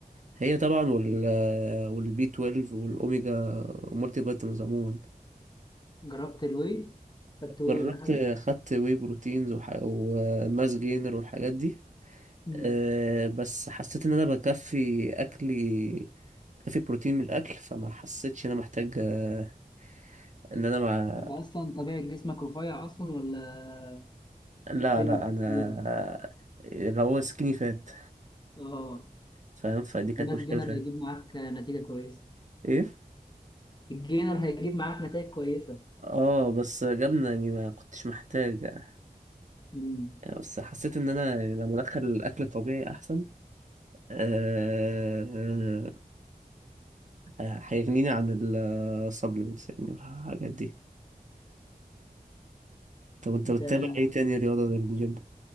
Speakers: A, on the right; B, on the left.
A: هي طبعا وال والبي 12 والاوميجا والمالتي فيتامينز عموما
B: جربت الواي خدت واي
A: جربت
B: ولا حاجه
A: خدت واي بروتينز وح... وماس جينر والحاجات دي
B: مم.
A: أه بس حسيت ان انا بكفي اكلي بكفي بروتين من الاكل فما حسيتش ان انا محتاج آه، ان انا مع...
B: انت اصلا طبيعه جسمك رفيع اصلا ولا
A: لا
B: بتملك
A: لا انا
B: طويلة؟
A: آه، اللي هو سكيني فات
B: اه
A: فاهم فدي كانت
B: الناس
A: مشكلة
B: جينر
A: شوية
B: هيجيب معاك نتيجه كويسه
A: ايه
B: الجينر هيجيب معاك نتائج كويسه
A: اه بس جبنة يعني ما كنتش محتاج يعني
B: مم.
A: بس حسيت ان انا لما ادخل الاكل الطبيعي احسن آه، هيغنيني عن السبلمنتس يعني الحاجات دي طب انت
B: ده
A: بتتابع ايه تاني رياضة غير الجيم؟